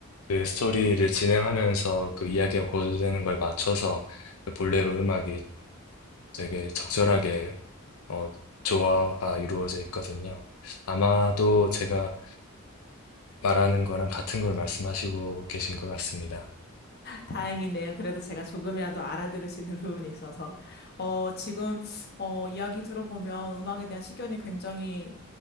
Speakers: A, on the left; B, on the left.
A: 그 스토리를 진행하면서 그 이야기가 고조되는 걸 맞춰서 그 볼레로 음악이 되게 적절하게 어, 조화가 이루어져 있거든요. 아마도 제가 말하는 거랑 같은 걸 말씀하시고 계신 것 같습니다.
B: 다행이네요. 그래도 제가 조금이라도 알아들을 수 있는 부분이 있어서. 어, 지금, 어, 이야기 들어보면 음악에 대한 시견이 굉장히